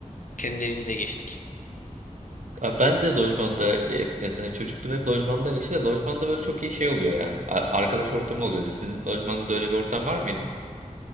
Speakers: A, on the left; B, on the right.
A: Kendi evimize geçtik.
B: Abi Ben de lojmanda hep mesela çocukluğum hep lojmanda geçti de lojmanda böyle çok iyi şey oluyor ya. A- Arkadaş ortamı oluyordu. Sizin lojmanda da öyle bir ortam var mıydı?